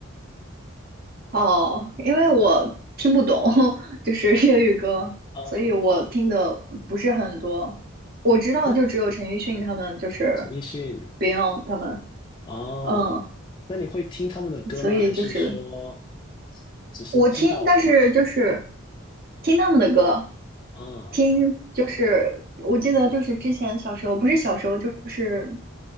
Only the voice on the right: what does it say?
好，因为我听不懂，<laughs> 就是粤语歌，
所以我听的不是很多。我知道就只有陈奕迅他们，
就是
Beyond 他们，
嗯，
所以就是
我听，但是就是听他们的歌，
听就是我记得就是之前小时候，不是小时候就是